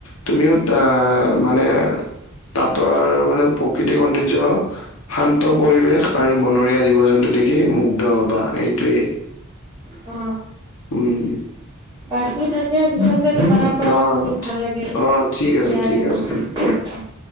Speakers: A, on the left; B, on the right.
A: তুমিও আহ মানে তাঁতৰ মানে প্ৰকৃতিক সৌন্দৰ্য্য শান্ত পৰিৱেশ আৰু বনৰীয়া জীৱ-জন্তু দেখি মুগ্ধ হবা এইটোৱেই।
B: অ।
A: উম।
B: বাকী থাকে পিছত পাছে তোমাৰ পৰা
A: অ',
B: শুনি ভাল লাগিল
A: অ', ঠিক আছে,
B: দিয়া
A: ঠিক
B: তেন্তে
A: আছে।